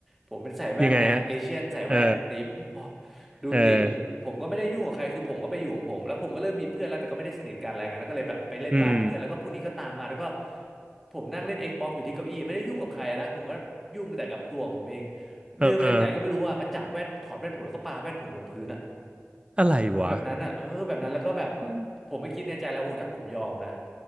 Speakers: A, in the centre; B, on the right.
A: ผมเป็นสายแว่นไงเอเชียนสายแว่นติ๋มพอ
B: ยังไงฮะเออ
A: ดูติ๋มผมก็ไม่ได้ยุ่งกับใครคือผมก็ไปอยู่ของผมแล้วผมก็เริ่มมีเพื่อนแล้วแต่ก็ไม่ได้สนิทกันอะไรเงี้ยแล้วก็เลยแบบไปเล่นบ้านเพื่อนแล้วก็พวกนี้ก็ตามมาแล้วก็
B: เอออืม
A: ผมนั่งเล่น Xbox อยู่ที่เก้าอี้ไม่ได้ยุ่งกับใครนะผมก็ยุ่งแต่กับตัวของผมเอง
B: เออเออ
A: เดินมาจากไหนก็ไม่รู้อะมาจับแว่นถอดแว่นผมแล้วก็ปาแว่นผมลงพื้นอะ
B: อะไรวะ
A: เออแบบนั้นอะเออแบบนั้นแล้วก็แบบ
B: อืม
A: ผมไม่คิดในใจแล้วโอ้โหถ้าผมยอมนะ